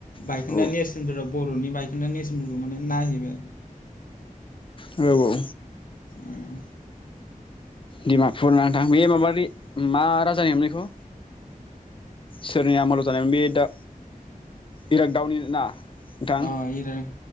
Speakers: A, on the left; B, on the left.
A: बायखोन्दा
B: औ
A: नेरसोनफोराव बरनि गायखोन्दा नेरसोनफोरखौ माने नायहैबाय।
B: औ औ।
A: उम
B: डिमापुर नानोंथां बे माबानि मा राज। जानायमोनलाय एखौ सोरनि आमालाव जानायोन बे दा। इरागदावनि ना नोंथां।
A: अ इरा